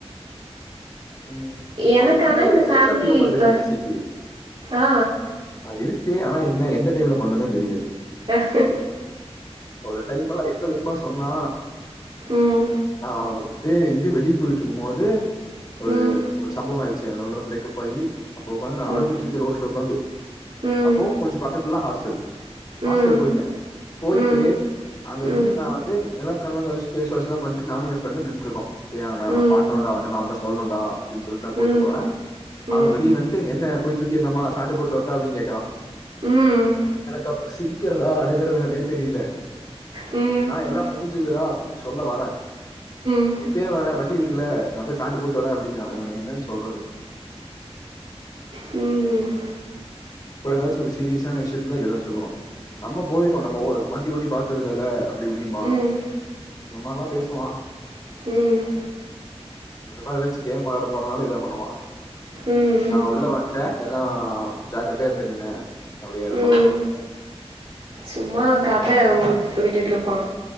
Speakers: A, on the left; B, on the right.
A: ம்
B: எனக்கு
A: அவன்ட
B: ஆனா
A: வந்து
B: இந்த
A: ஒரு சென்ஸ்
B: ஃபேமிலி
A: ஆஃப் ஹியூமர்ருக்கு
B: இப்ப
A: நசிக்கு
B: ஆ.
A: இருக்கு ஆனா என்ன எந்த டைம்ல பண்ணுனு தெரியாது
B: ஆஹ
A: ஒரு டைம்லலா என்ன தெரியுமா சொன்னா
B: ம்.
A: ஆ தே இங்க வெளியே போயிட்டு இருக்கும் போது ஒரு
B: ம்.
A: ஒரு சம்பவ ஆயிருச்சு எ லவ்ல பிரேக்கப் ஆயி அப்போ உக்காந்து நா
B: ம்.
A: அழுதுட்டு இருக்கே ரோட்டுல உக்காந்து
B: ம்.
A: அப்போ கொஞ்ச பக்கத்துலதா ஹாஸ்டல் ஹாஸ்டல்
B: ம்.
A: போயிட்டே போயிட்டு
B: ம். ம்.
A: அங்க இருந்து
B: ம்.
A: நா வந்து எல்லா கண்ல்லா தொடச்டு ஃபேஸ் வாஷ்லா பண்ட்டு நானு எ ஃரெண்டு நின்ட்ருக்கோ சரி
B: ம்.
A: அவ பாக்கணுடா அவன்ட நா அவன்ட்ட சொல்னுடா அப்டின்னு சொல்ட்டு நா கூட்டு
B: ம்.
A: போறே
B: ம்.
A: அவ வெளிய
B: ம்.
A: வந்ட்டு என்ன போய் தூக்கிட்லாமா ஃபாண்டு போட்டு வர்ட்டா அப்டி கேக்குறா
B: ம். ம்.
A: எனக்கு அப்போ சிரிக்கிறதா அழுகறதானே தெரியில
B: ம்.
A: நா எல்லா முடிஞ்சுதுடா அப்டின்னு சொல்ல வரே
B: ம்.
A: இப்பயே வரே வண்டி இருக்குல்ல நா போய் ஃபாண்டு போட் டு வரே அப்டிங்குறா இவன என்னன் சொல்றது
B: ம்
A: அப்புறோ ஏதாச்சு ஒரு சீரியஸான விஷயத்துல இப்டியெல்லா சொல்லுவா நம்ம போயிருவோ நம்ம ஒ வண்டி ஓட்டி பாத்ததுல்லல்ல அப்டி இப்டிம்ப்பா
B: ம். ம். ம்.
A: இந்த மாரிலா பேசுவா
B: ம். ம்.
A: நாங்கலா எதாச்சு கேம் வெளாட போறனாலு இதா பண்ணுவா
B: ம்.
A: நா உள்ள வந்ட்டே எல்லா ஜாக்கிரதையா இருந்துக்குங்க அப்டி அந்த மாரில்லா
B: ம்
A: சொல்ட்டு
B: சும்மா கத வு விட்டுட்ருப்பா